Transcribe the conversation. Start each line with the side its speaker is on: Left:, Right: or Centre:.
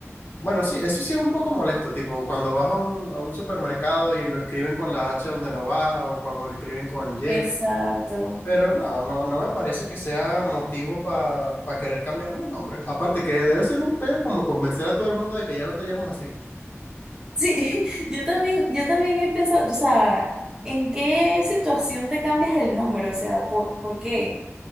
Left: Bueno, sí, eso sí es un poco molesto, tipo cuando vas a un, a un supermercado y lo escriben con la H donde no va o cuando lo escriben con Y,
Right: Exacto.
Left: pero no, no, no me parece que sea motivo para querer cambiarme el nombre. Aparte que debe ser un peo como convencer a todo el mundo de que ya no te llamas así.
Right: Sí, <laughs> yo también, yo también he pensado, o sea, ¿en qué situación te cambias el nombre? O sea, ¿por, por qué?